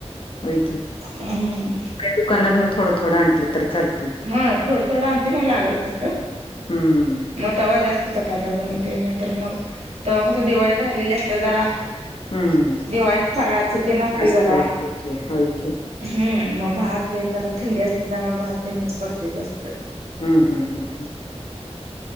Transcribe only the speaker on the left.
होय की
का दुकानातन थोडं थोडं आणलं तर ल
हं
हं
असतंय
होय की होय की.
हम्म हम्म हम्म हम्म